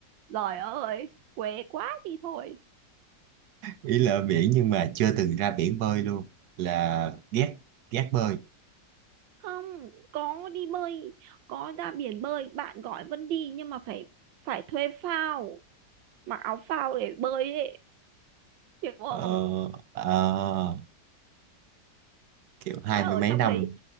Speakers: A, on the right; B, on the right.
A: giời ơi què quá đi thôi
B: ý là ở biển nhưng mà chưa từng ra biển bơi luôn là ghét ghét bơi
A: không có đi bơi có ra biển bơi bạn gọi vẫn đi nhưng mà phải phải thuê phao mặc áo phao để bơi ấy hiểu không
B: Ờ, ờ, kiểu hai
A: sẽ ở
B: mươi mấy
A: trong
B: năm
A: đấy